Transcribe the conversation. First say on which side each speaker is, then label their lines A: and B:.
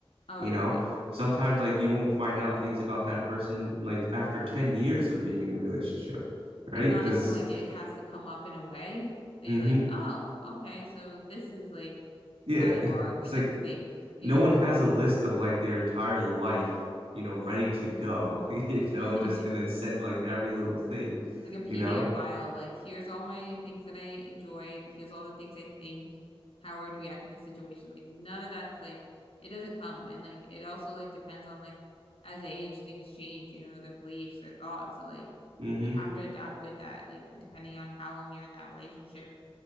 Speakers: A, on the left; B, on the right.
A: Oh,
B: you
A: yeah,
B: know?
A: no.
B: Sometimes like you won't find out things about that person like after 10 years of being in a relationship, right?
A: It's not
B: Because,
A: until like it has to come up in a way that
B: mm-hmm,
A: you're like, oh, okay, so this is like
B: yeah,
A: how you
B: <laughs>
A: are, what
B: it's
A: you
B: like
A: think, you
B: no
A: know?
B: one has a list of like their entire life, you know, ready to go, <laughs> you
A: <laughs>
B: know, just and then send like every little thing,
A: Like a PDF
B: you know?
A: file of like, here's all my things that I enjoy, here's all the things I think, how I would react in this situation. Like none of that's like it doesn't come. And like it also like depends on like as they age, things change, you know, their beliefs, their thoughts. So like
B: Mm-hmm.
A: you have to adapt with that, like depending on how long you're in that relationship